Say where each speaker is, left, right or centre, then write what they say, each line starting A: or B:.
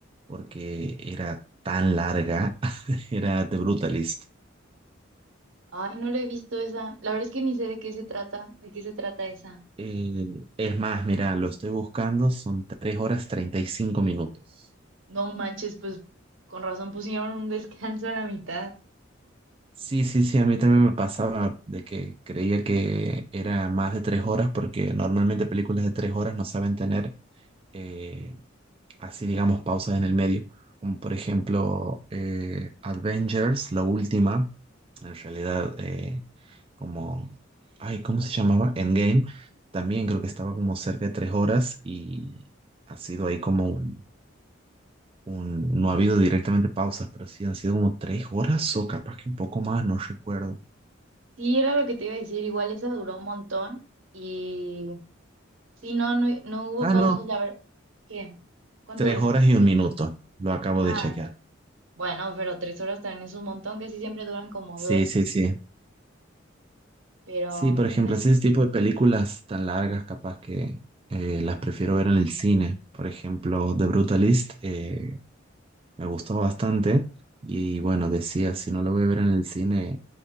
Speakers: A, on the right; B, on the right.
A: porque era tan larga, <laughs> era The Brutalist.
B: Ay, no la he visto esa. La verdad es que ni sé de qué se trata, de qué se trata esa.
A: Eh, es más, mira, lo estoy buscando, son 3 horas 35 minutos.
B: No manches, pues con razón pusieron un descanso a la mitad.
A: Sí, sí, sí, a mí también me pasaba de que creía que era más de 3 horas porque normalmente películas de 3 horas no saben tener eh, así digamos pausas en el medio, como por ejemplo eh, Avengers, la última, en realidad eh, como, ay, ¿cómo se llamaba? Endgame, también creo que estaba como cerca de tres horas y ha sido ahí como un, un- no ha habido directamente pausas, pero sí han sido como tres horas o capaz que un poco más, no recuerdo.
B: Sí, era lo que te iba a decir, igual esa duró un montón y sí, no, no, no hubo
A: Ah,
B: pausas,
A: no,
B: la verdad. ¿Qué? ¿Cuánto
A: tres
B: duran?
A: horas y un minuto, lo acabo
B: Ah,
A: de chequear.
B: bueno, pero tres horas también es un montón, casi siempre duran como
A: Sí,
B: dos,
A: sí, sí.
B: pero
A: Sí, por
B: ¿qué
A: ejemplo,
B: te iba a decir?
A: ese tipo de películas tan largas, capaz que eh, las prefiero ver en el cine. Por ejemplo, The Brutalist eh, me gustó bastante y bueno, decía, si no la voy a ver en el cine,